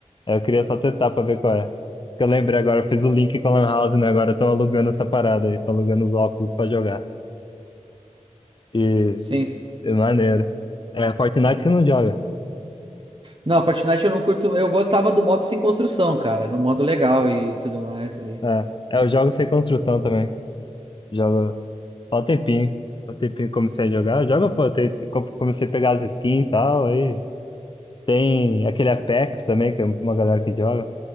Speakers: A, on the left; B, on the right.
A: Aí Eu queria só testar pra ver qual é. Que eu lembrei agora, eu fiz o link com a Lan House, né? Agora estão alugando essa parada aí, estão alugando os óculos pra jogar. E
B: sim.
A: É maneiro. É, Fortnite que não joga.
B: Não, Fortnite eu não curto, eu gostava do modo sem construção, cara, no modo legal e tudo mais ali.
A: É, é, eu jogo sem construção também. Jogo só um tempinho. Um tempinho que comecei a jogar. Joga, pô, tem- co- comecei a pegar as skins e tal. Aí tem aquele Apex também, que é uma galera que joga.